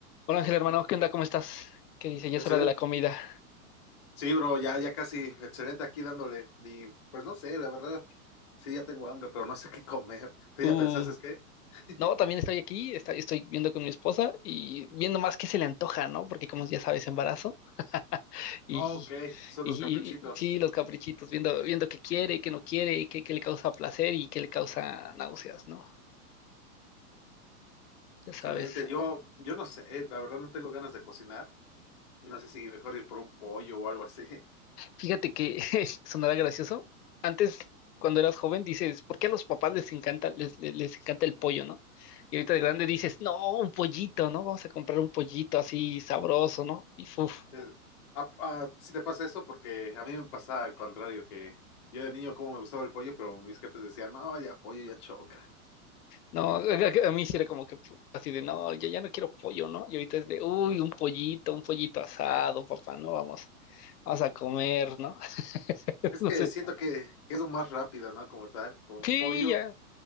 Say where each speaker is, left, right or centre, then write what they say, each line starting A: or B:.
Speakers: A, on the left; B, on the left.
A: Hola Ángel, hermano, ¿qué onda? ¿Cómo estás? ¿Qué dice? Ya
B: Excelente.
A: es hora de la comida.
B: Sí, bro, ya, ya casi, excelente aquí dándole. Y pues no sé, la verdad, sí, ya tengo hambre, pero no sé qué comer. ¿Tú
A: Uh,
B: ya pensaste qué? <laughs>
A: no, también estoy aquí, está- estoy viendo con mi esposa y viendo más qué se le antoja, ¿no? Porque como ya sabes, embarazo <laughs> y,
B: Oh, ok, son
A: y,
B: los caprichitos.
A: y- sí, los caprichitos, viendo, viendo qué quiere, qué no quiere, qué, qué le causa placer y qué le causa náuseas, ¿no? Ya sabes.
B: Excelente. Yo, yo no sé, la verdad no tengo ganas de cocinar. No sé si mejor ir por un pollo o algo así. <laughs>
A: Fíjate que <laughs> sonará gracioso. Antes, cuando eras joven, dices, ¿por qué a los papás les encanta, les, les, les encanta el pollo, ¿no? Y ahorita de grande dices, no, un pollito, ¿no? Vamos a comprar un pollito así sabroso, ¿no? Y fuf,
B: Eh, ah, ah, sí te pasa eso porque a mí me pasa al contrario, que yo de niño como me gustaba el pollo, pero mis jefes decían, no, ya pollo ya choca.
A: no, <laughs> a mí sí era como que pu- así de, no, yo ya no quiero pollo, ¿no? Y ahorita es de, uy, un pollito, un pollito asado, papá, ¿no? Vamos, vamos a comer, ¿no? <laughs>
B: Es
A: No
B: que
A: sé,
B: siento que, que es lo más rápido, ¿no? Como tal, con
A: Sí,
B: un pollo.
A: ya.